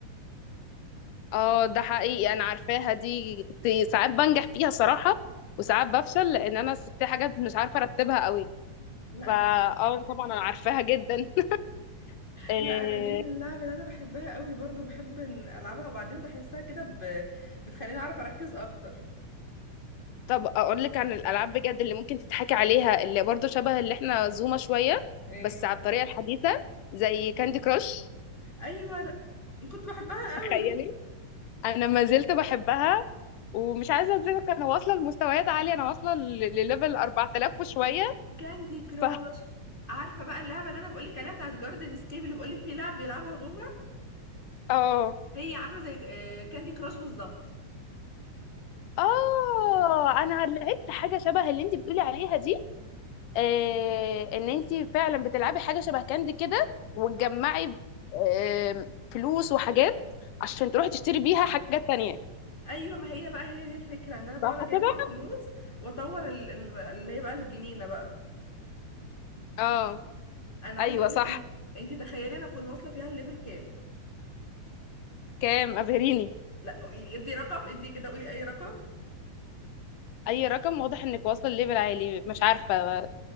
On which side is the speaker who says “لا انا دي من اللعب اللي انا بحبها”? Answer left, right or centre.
Left